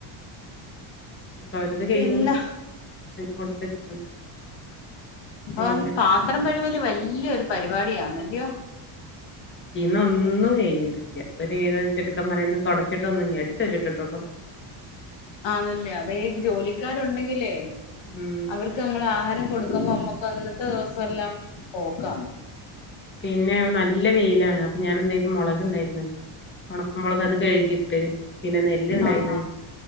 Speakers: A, on the left (about 25°); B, on the left (about 65°).
A: ഇപ്പൊ അവരത് കഴിഞ്ഞ്
B: പിന്നെ
A: കൊടുത്തച്ചിട്ടുണ്ട് പിന്നെ
B: ആഹ് ഈ പാത്രം കഴുകല് വലിയൊരു പരിപാടി യാണ് അല്ലയോ
A: ഇന്ന് ഒന്നും കഴിഞ്ഞിട്ടില്ല ഒരുവിധം ചുരുക്കം പറഞ്ഞാ തുടച്ചിട്ടോന്നുല്ല അടിച്ച് വാരിട്ടിട്ടൊള്ളൂ
B: ആതല്ലേ അതെ ജോലിക്കാരുണ്ടെങ്കിലേ
A: ഉം
B: അവർക്ക് നമ്മൾ ആഹാരം കൊടുക്കുമ്പോ നമുക്ക് അന്നത്തെ ദിവസം എല്ലാം പോക്കാണ്
A: പിന്നെ നല്ല വെയിലാണ് ഞാൻ എന്തെയ്ത് മുളക് ഇണ്ടായിരിന്ന് ഉണക്ക മുളക് അത് കഴുകിയിട്ട് പിന്നെ നെല്ല് ഇണ്ടായിന്ന്
B: ആഹ്